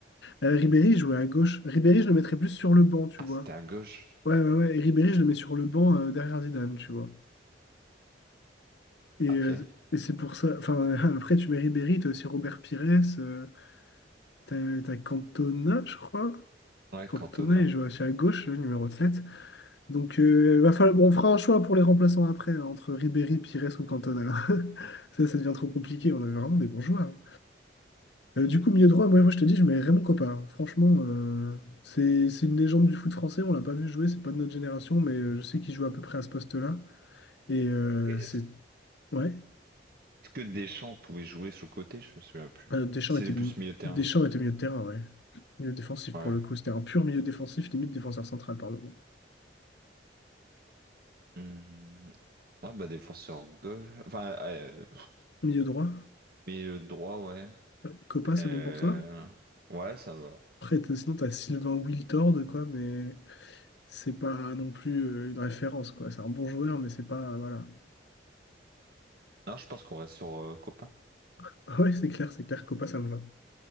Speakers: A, on the left; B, on the right.
A: Euh, Ribéry il jouait à gauche. Ribéry, je le mettrais plus sur le banc, tu
B: Ah,
A: vois.
B: c'était à gauche.
A: Ouais, ouais, ouais. Et Ribéry, je le mets sur le banc euh, derrière Zidane, tu vois. Et,
B: Ah,
A: euh,
B: ok.
A: et c'est pour ça. Enfin, <laughs> après, tu mets Ribéry, t'as aussi Robert Pires, euh, t'as, t'as Cantona, je crois.
B: Ouais,
A: Cantona,
B: Cantona.
A: il joue aussi à gauche, le numéro sept Donc, euh, va falloir- bon, on fera un choix pour les remplaçants après, hein, entre Ribéry, Pires ou Cantona. <laughs> Ça, ça devient trop compliqué. On avait vraiment des bons joueurs. hein. Euh, du coup, milieu droit, moi, moi, je te dis, je mets Raymond Kopa. hein. Franchement, euh, c'est c'est une légende du foot français. On l'a pas vu jouer, c'est pas de notre génération, mais euh, je sais qu'il joue à peu près à ce poste-là. Et euh,
B: Après,
A: c'est.
B: Est-ce
A: Ouais.
B: que Deschamps pouvait jouer sur le côté? Je me souviens plus.
A: Euh, Deschamps
B: C'était
A: était,
B: plus
A: mi-
B: milieu de terrain.
A: Deschamps était milieu de terrain, ouais. Milieu défensif
B: Ouais.
A: pour le coup. C'était un pur milieu défensif, limite défenseur central, pardon.
B: Hmm. Ah bah défenseur gauche. Enfin, euh,
A: Milieu droit.
B: milieu droit, ouais.
A: Euh, Kopa, c'est
B: Euh,
A: bon pour toi?
B: Ouais, ça va.
A: Après, t'as- sinon, t'as Sylvain Wiltord, quoi, mais. c'est pas non plus euh, une référence, quoi. C'est un bon joueur, mais c'est pas, voilà.
B: Non, je pense qu'on reste sur euh, Copain.
A: <laughs> Ouais, c'est clair, c'est clair, Copa, ça me va.